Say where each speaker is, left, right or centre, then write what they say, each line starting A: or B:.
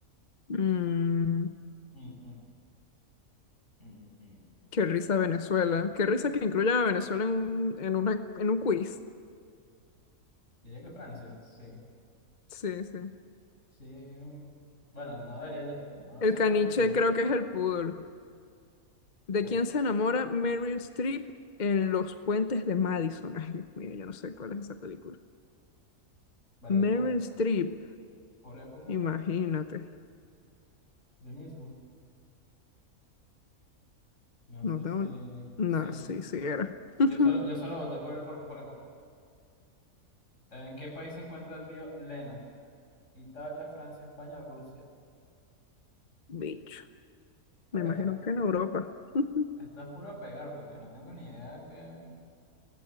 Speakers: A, on the left (about 40°); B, on the left (about 60°).
A: Mm,
B: Mm, mm, mm, mm.
A: qué risa Venezuela. Qué risa que incluyan a Venezuela en un, en una, en un quiz.
B: Diría que Francia, sí.
A: Sí, sí.
B: Sí. Bueno, no debería, ll- no debe
A: El
B: ser
A: caniche
B: el nombre original.
A: creo que es el pudor. ¿De
B: Sí.
A: quién se enamora Meryl Streep en Los Puentes de Madison? <laughs> Ay, Dios mío, yo no sé cuál es esa película.
B: Verga,
A: Meryl
B: y por,
A: Streep,
B: por época,
A: imagínate.
B: Clint Eastwood. No
A: No
B: sé
A: tengo.
B: si.
A: No,
B: Sí.
A: sí, sí era. <laughs>
B: Yo solo, yo solo voté por él por, por época. ¿En qué país se encuentra el río Lena? Italia, Francia, España o Rusia.
A: Bicho.
B: Verga,
A: Me imagino
B: está,
A: que en Europa. <laughs>
B: está puro a pegar porque no tengo ni idea que.